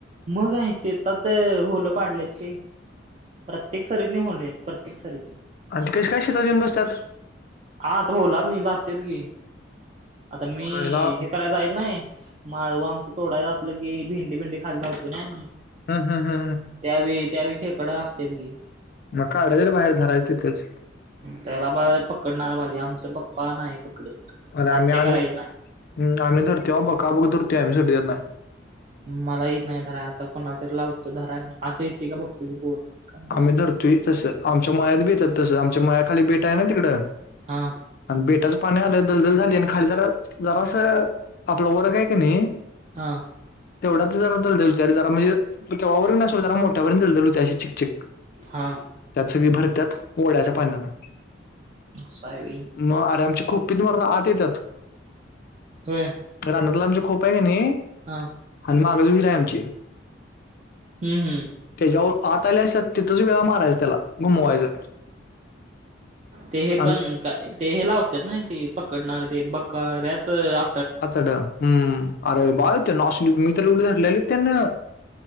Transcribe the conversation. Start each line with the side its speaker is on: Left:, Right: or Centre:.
Right: म काय शेतात होलं पाडलेत ते. प्रत्येक सरीदने होले आहेत प्रत्येक सरीदने.
Left: आणि ते कशे काय शेतात येऊन बस्त्यात?
Right: हा तर होलात नी जातेत की आता मी
Left: पहिला
Right: करायचायेत नाही माळवा आमचं तोडाय असलं की भिंडी भिंडी खायला लावतो होती ना मी.
Left: ह ह हा.
Right: त्यावी त्यावी खेकडं असतेत की.
Left: मग काढवेळ बाहेर धरायची तेच.
Right: त्याला बाहेर पकडणार पाहिजे आमचा पप्पा नाही पकडत.
Left: अरे
Right: हत्या
Left: आम्ही आम्ही
Right: करायची नाही.
Left: हम्म धूर्ती तेव्हा बघ का बघ धुर्ती आहे आम्ही सोडली त्यांना.
Right: मला येत नाही धराय आता कोणाला तरी लावतो धराय आज येते का बघतो की पोर. काय
Left: आम्ही धरतोय तसं आमच्या मायात बी येतात तसं आमच्या मायाखाली बेट आहेना तिकडं.
Right: हा.
Left: आणि बेटाचं पाणी आलं दलदल झाली आणि खाली जरा जरास आपला वरगं आहे क नी
Right: हा
Left: तेवढाच जरा दलदल होतं अरे जरा मेळ केव्हा वरून नशेल जरा मोठ्यावरून दलदल होत्या अशी चिकचीक.
Right: हा.
Left: त्यात सगळी भरत्यात पोळ्याच्या पाण्याने
Right: असं हाय व्हय
Left: म अरे आमचे खूप पीत मारायला आत येत्यात,
Right: होय
Left: रानातला आमच्या खोप आहे क नी
Right: हा
Left: आणि मागजवीर आहे आमची.
Right: हम्म हम्म.
Left: त्याच्यावर आत आले असत्यात तिथचं वेळा माराय त्याला गुमवयजा
Right: ते हे
Left: आणि
Right: पण ते हे लावत्यात ना ते पकडणार ते बकरयाचा आ
Left: आतड्या अरे बाय त्यांना अशी मी तर उड धरलेली त्यांना.